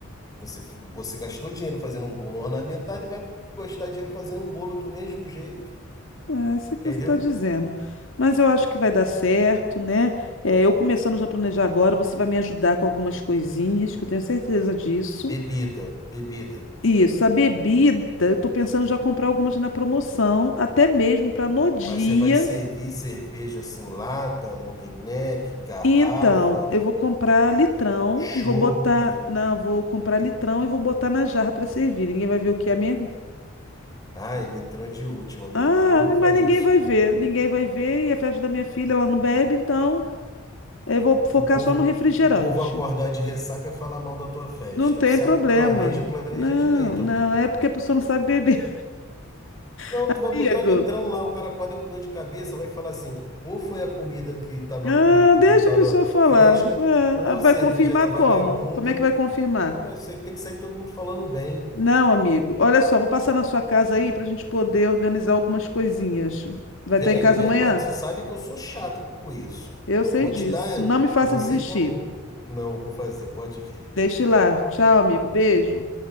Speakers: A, on the left (about 20°); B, on the left (about 65°).
A: Você, você gastou dinheiro fazendo um bolo ornamentado e vai gastar dinheiro fazendo um bolo do mesmo jeito,
B: é isso é que
A: entendeu?
B: você está dizendo. Mas eu acho que vai dar certo, né? É, eu começando já a planejar agora, você vai me ajudar com algumas coisinhas, que eu tenho certeza disso.
A: Bebida, bebida.
B: Isso, a bebida, eu tô pensando já comprar algumas na promoção, até mesmo para no dia.
A: Mas você vai servir cerveja assim, lata, long neck, garrafa,
B: Então, eu vou comprar litrão
A: chope.
B: e vou botar, não, vou comprar litrão e vou botar na jarra para servir. Ninguém vai ver o que é mesmo?
A: Ai, litrão de última, amiga.
B: Ah,
A: Eu não faria
B: mas ninguém
A: isso,
B: vai ver,
A: não.
B: ninguém vai ver e é festa da minha filha, ela não bebe, então eu vou focar
A: O povo,
B: só no refrigerante.
A: o povo acordar de ressaca e falar mal da tua festa.
B: Não tem
A: Você
B: problema.
A: planeja, planeja
B: Não,
A: direito,
B: não,
A: amiga.
B: é porque a pessoa não sabe beber,
A: Não,
B: <laughs>
A: tu vai botar
B: amigo.
A: litrão lá, o cara acorda com dor de cabeça, vai falar assim, ou foi a comida que tava
B: Ah,
A: com,
B: deixa
A: não tava
B: a pessoa falar.
A: fresca, ou
B: Ah, vai
A: a cerveja
B: confirmar
A: era vagabunda.
B: como? Como é que vai confirmar?
A: Pô, mas você tem que sair todo mundo falando bem.
B: Não, amigo. Olha só, vou passar na sua casa aí para a gente poder organizar algumas coisinhas. Vai
A: Vem,
B: estar em casa
A: vem
B: amanhã?
A: com essa. Tu sabe que eu sou chato com isso.
B: Eu
A: Eu
B: sei
A: vou
B: disso.
A: te dar,
B: Não me faça
A: você
B: desistir.
A: quando... Não, vou fazer, pode vir.
B: Deixe lá. Tchau, amigo. Beijo.